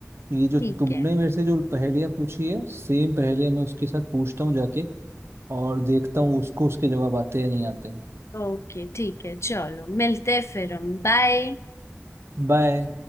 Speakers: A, on the right; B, on the left.
A: ये जो
B: ठीक
A: तुमने
B: है
A: मेरे से जो पहेलियाँ पूछी है सेम पहेलियाँ मैं उसके साथ पूछता हूँ जाके और देखता हूँ उसको उसके जवाब आते हैं या नहीं आते हैं
B: ओके ठीक है चलो मिलते हैं फिर हम बाय
A: बाय